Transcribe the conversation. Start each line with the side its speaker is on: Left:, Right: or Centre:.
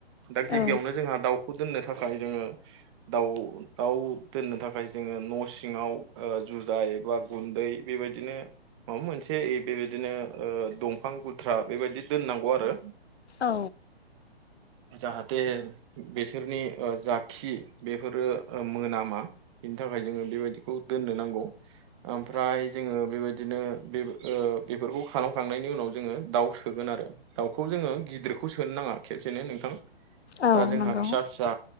Right: दा गिबियावनो
Left: औ
Right: जोंहा दाउखौ दोननो थाखाय जोङो दाउ दोननो थाखाय जों जोङो न' सिङाव जुजाय बा गुन्दै बेबायदिनो माबा मोनसे बेबायदिनो दंफां गुनद्रा बेबायदि दोननांगौ आरो
Left: औ
Right: जाहाथे बेसोरनि जा खि बेफोरो मोनामा थाखाय जोङो बेबायदिखौ दोननो नांगौ ओमफ्राय जोङो बेबायदिनो बेफोरखौ खालामखांनायनि उनाव जोङो दाउ सोगोन आरो दाउखौ जोङो गिदिरखौ सोनो नाङा खेबसेनो नोंथां
Left: औ
Right: दा जोंहा
Left: नंगौ
Right: फिसा फिसा